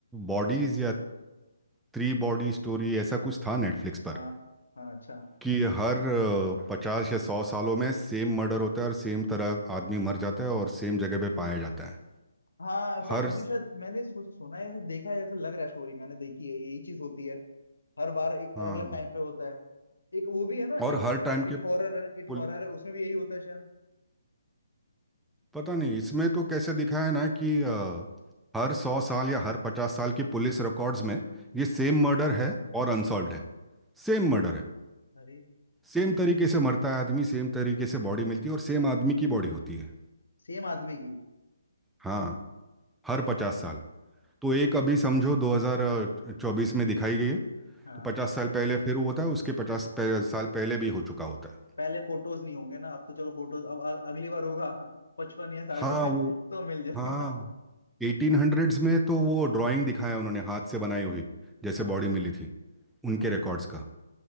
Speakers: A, in the centre; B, on the left.
A: बॉडीज या थ्री बॉडी स्टोरी ऐसा कुछ था नेटफ्लिक्स पर
B: हाँ हाँ अच्छा
A: कि हर पचास या सौ सालों में सेम मर्डर होता है और सेम तरह आदमी मर जाता है और सेम जगह पे पाया जाता है
B: हाँ शायद
A: हर
B: मैंने शायद मैंने सु, सुना है ऐसा देखा है ऐसा लग रहा है स्टोरी मैंने देखी है यही चीज होती है हर बार एक
A: हाँ
B: अलग अलग टाइम पे होता है एक वो भी है ना
A: और
B: इट
A: हर टाइम
B: इट
A: के
B: हॉरर है
A: पुल
B: इट हॉरर है उसमें भी यही होता है शायद
A: पता नहीं इसमें तो कैसे दिखाया है ना कि अ,
B: हाँ
A: हर
B: बताइए
A: सौ साल या हर पचास साल की पुलिस रिकॉर्ड्स में ये सेम
B: हाँ
A: मर्डर है और अनसॉल्व्ड है सेम मर्डर है
B: अरे
A: सेम तरीके से मरता है आदमी सेम तरीके से बॉडी मिलती है और सेम आदमी की बॉडी होती है
B: सेम आदमी की
A: हाँ हर पचास साल तो एक अभी समझो 2024 में दिखाई गई है
B: हाँ
A: तो पचास साल पहले फिर वो होता है उसके पचास साल पहले भी हो चुका होता है
B: पहले फोटोज नहीं होंगे ना अब तो चलो फोटोज अब अ- अगली बार होगा <laughs> पचपन या साठ
A: हाँ
B: में
A: वो
B: तो मिल जाएगा
A: हाँ एटीन हंड्रेड्स में तो वो ड्राइंग दिखाया उन्होंने हाथ से बनाई हुई जैसे
B: हाँ
A: बॉडी मिली थी उनके
B: हाँ
A: रिकॉर्ड्स का